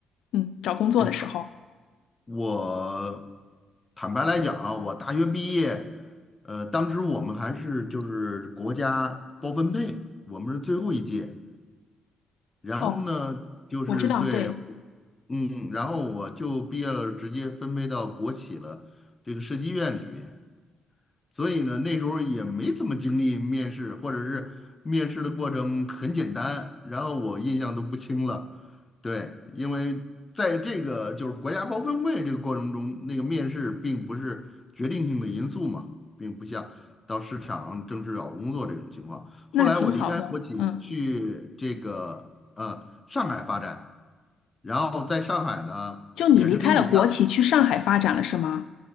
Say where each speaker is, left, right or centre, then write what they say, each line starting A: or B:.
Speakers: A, on the left; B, on the left.
A: 嗯，找工作的时候。
B: 哎呀，我坦白来讲啊，我大学毕业，呃，当时我们还是就是国家包分配，我们是最后一届。然后呢，
A: 哦，
B: 就是对，
A: 我知道，对，
B: 嗯，然后我就毕业了，直接分配到国企了，这个设计院里面。所以呢，那时候也没怎么经历面试，或者是面试的过程很简单，然后我印象都不清了。对，因为在这个就是国家包分会这个过程中，那个面试并不是决定性的因素嘛，并不像到市场正式找工作这种情况。
A: 那挺好的。
B: 后来我离开国企去这个呃上海发展，
A: 嗯，
B: 然后在上海呢也是跟你一样，
A: 就你离开了国企去上海发展了，是吗？